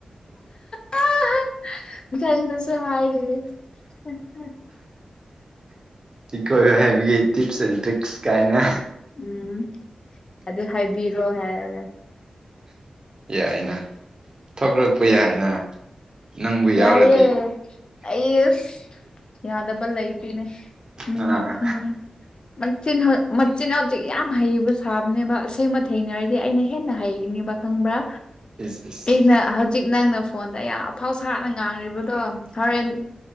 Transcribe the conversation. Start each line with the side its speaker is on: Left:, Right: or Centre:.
Left: ꯑꯍ ꯆꯁꯨ ꯍꯥꯏ <unintelligible>
Right: ꯏ ꯀꯣꯏꯕ ꯍꯩꯕꯒꯤ ꯇꯤꯞꯁ ꯑꯦꯟ ꯇ꯭ꯔꯤꯛꯁ ꯀꯥꯏꯅ
Left: ꯎꯝ ꯑꯗꯨ ꯍꯥꯏꯕꯤꯔꯣ ꯍꯥꯏꯔꯒ
Right: ꯌꯥꯏꯅ ꯊꯣꯛꯂꯛꯄ ꯌꯥꯏꯅ ꯅꯪꯕꯨ
Left: ꯌꯥꯏꯌꯦ
Right: ꯌꯥꯎꯔꯗꯤ
Left: ꯑꯩꯁ ꯌꯥꯗꯕ ꯂꯩꯇꯦꯅꯦ
Right: ꯑꯥ
Left: ꯅꯣꯛꯅꯤꯡꯉꯦ ꯍꯧꯖꯤꯛꯃꯛ ꯃꯆꯤꯟꯒꯛꯁꯤ ꯌꯥꯝ ꯍꯩꯕ ꯁꯥꯕꯅꯦꯕ ꯑꯁꯦꯡꯕ ꯊꯦꯡꯅꯔꯗꯤ ꯑꯩꯅ ꯍꯦꯟꯅ ꯍꯩꯅꯤꯕ ꯈꯪꯕ꯭ꯔꯥ
Right: ꯏꯁ ꯏꯁ
Left: ꯑꯩꯅ ꯍꯧꯖꯤꯛ ꯅꯪꯅ ꯐꯣꯟꯗ ꯌꯥꯝ ꯑꯐꯥꯎ ꯁꯥꯅ ꯉꯥꯡꯔꯤꯕꯗꯣ ꯍꯣꯔꯦꯟ